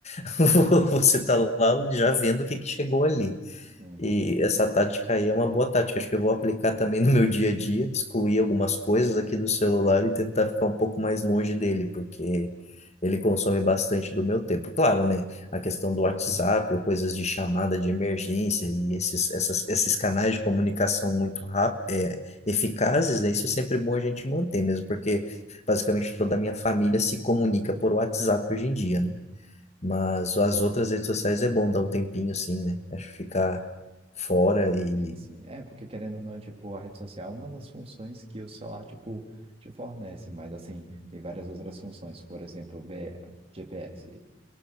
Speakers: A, on the left; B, on the right.
A: <laughs> você tá lá já vendo o que que chegou ali.
B: Uhum.
A: E essa tática aí é uma boa tática. Acho que eu vou aplicar também no meu dia a dia, excluir algumas coisas aqui do celular e tentar ficar um pouco mais longe dele, porque ele consome bastante do meu tempo. Claro, né? A questão do WhatsApp ou coisas de chamada de emergência e esses, essas, esses canais de comunicação muito rápidos, é, eficazes, né? Isso é sempre bom a gente manter mesmo, porque basicamente toda a minha família se comunica por WhatsApp hoje em dia, né? Mas as outras redes sociais é bom dar um tempinho, sim, né? Acho que ficar fora e.
B: Sim, sim. É, porque querendo ou não, tipo, a rede social é uma das funções que o celular, tipo, te fornece, mas assim, tem várias outras funções. Por exemplo, o B- GPS.